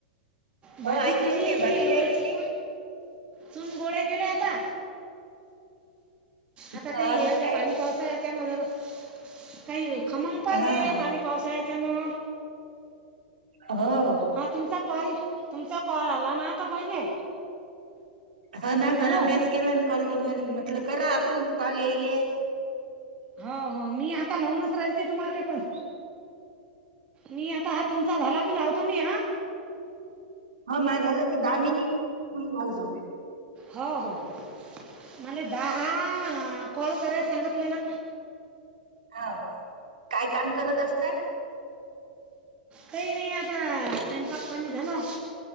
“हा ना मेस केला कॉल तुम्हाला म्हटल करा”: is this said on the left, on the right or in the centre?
Right